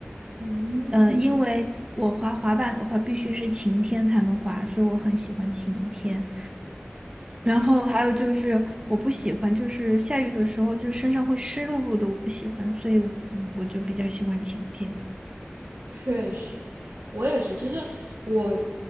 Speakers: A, on the right; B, on the right.
A: 嗯
B: 呃，因为我滑滑板的话，必须是晴天才能滑，所以我很喜欢晴天。然后还有就是我不喜欢，
A: 嗯，
B: 就是下雨的时候，就是身上会湿漉漉的，我不喜欢，所以嗯我就比较喜欢晴天。
A: 确实，我也是。其实我